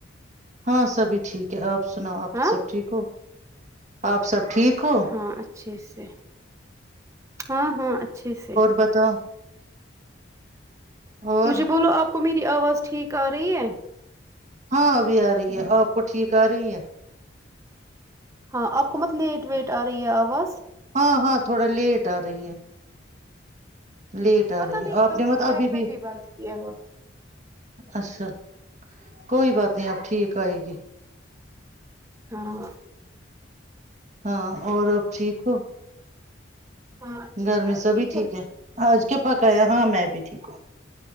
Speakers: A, on the right; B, on the right.
A: ہاں سبھی ٹھیک ہے آپ سنا آپ
B: ہاں
A: سب ٹھیک ہو آپ سب ٹھیک ہو
B: ہاں اچھے سے ہاں ہاں اچھے سے
A: بتاو اور
B: مجھے بولو آپ کو میری آواز ٹھیک آ رہی ہے
A: ہاں ابھی آ رہی ہے آپ کو ٹھیک آ رہی ہے
B: ہاں آپ کو مت لیٹ ویٹ آ رہی ہے آواز
A: ہاں ہاں تھوڑا لیٹ آرہی ہے لیٹ
B: پتا
A: آ رہی
B: نہیں
A: ہے آپ
B: کیوں
A: نے
B: میں
A: مت
B: وائی
A: ابھی
B: فائی
A: بھی
B: بند کیا ہوا
A: اچھا کوئی بات نہیں آب ٹھیک آئے گی
B: ہاں
A: ہاں اور ٹھیک ہو
B: ہاں اچھے
A: گر
B: سے
A: میں
B: آپ
A: سبھی ٹھیک
B: ہو
A: ہے آج کیا پکایا ہاں میں بھی ٹھیک ہوں